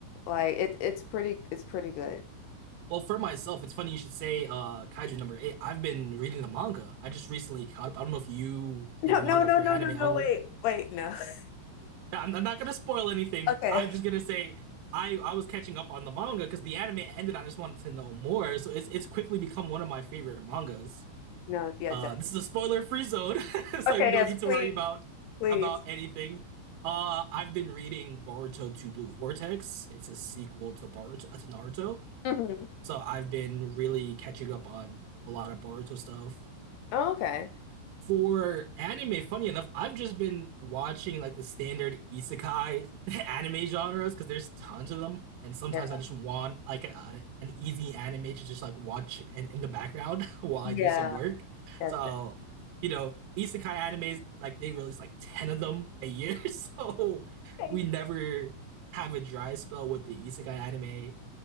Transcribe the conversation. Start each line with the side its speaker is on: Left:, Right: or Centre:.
Left: Like it, it's pretty, it's pretty good.
Right: Well, for myself, it's funny you should say uh Kaiju number eight. I've been reading the manga. I just recently caught up. I don't know if you
Left: No,
Right: read the
Left: no,
Right: manga
Left: no,
Right: or if you're
Left: no,
Right: anime
Left: no, no.
Right: only.
Left: Wait, wait, no. <laughs>
Right: I'm, I'm not gonna spoil anything.
Left: Okay,
Right: I'm just gonna say I I was catching up on the manga because the anime ended. I just wanted to know more, so it's it's quickly become one of my favorite mangas.
Left: no, yeah,
Right: Uh,
Left: definitely.
Right: this is a spoiler-free zone, <laughs> so
Left: Okay,
Right: you don't
Left: yes,
Right: need to
Left: please,
Right: worry about
Left: please.
Right: about anything. Uh, I've been reading Boruto to Blue Vortex. It's a sequel to Boruto to Naruto,
Left: hmm
Right: so I've been really catching up on a lot of Boruto stuff.
Left: okay.
Right: For anime, funny enough, I've just been watching like the standard isekai <laughs> anime genres because there's tons of them, and sometimes
Left: There.
Right: I just want like a, an easy anime to just like watch and in the background <laughs> while
Left: Yeah,
Right: I do some work.
Left: that's
Right: So,
Left: it.
Right: you know, isekai animes like they release like 10 of them a year, <laughs> so
Left: Okay.
Right: we never have a dry spell with the isekai anime.